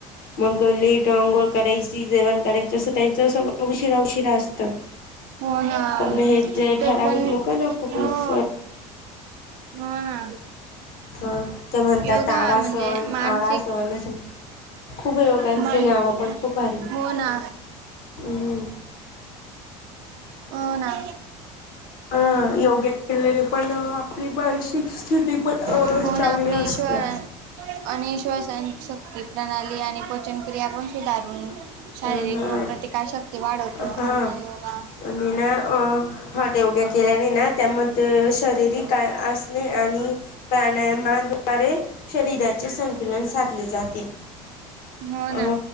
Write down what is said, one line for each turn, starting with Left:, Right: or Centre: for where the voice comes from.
Left: मग लेट अंघोळ करायची जेवण करायची असं त्यांच अस उशीरा उशिरा असतं
Right: हो ना
Left: पण हे जे
Right: त
Left: ठराविक
Right: पण
Left: लोक ना खूपच
Right: हो हो ना
Left: ह ते म्हणतात
Right: योगा
Left: त आळाासण
Right: म्हणजे मानसिक
Left: आळा सण असं खूप योगांचे
Right: मान
Left: नाव पण खूप भारी
Right: हो ना
Left: हम्म
Right: हो ना
Left: अ योग्य केलेले पण आपली मानसिक स्थिती पण
Right: हो
Left: चांगली
Right: ना आपली
Left: असते.
Right: ईश्वर आणि श्वसन शक्ती प्रणाली आणि पचनक्रिया पण सुधारून
Left: अ
Right: शारीरिक
Left: हा
Right: रोग प्र्रतिकारशक्ती वाढवतो आपला
Left: हा
Right: योगा
Left: आणि ना अ हॉटे उगे केलेने ना त्यामध्ये ते शरीरीिकय असणे आणि प्राणायामाद्वारे शरीराचे संतुलन साधले जाते.
Right: हो
Left: अ
Right: ना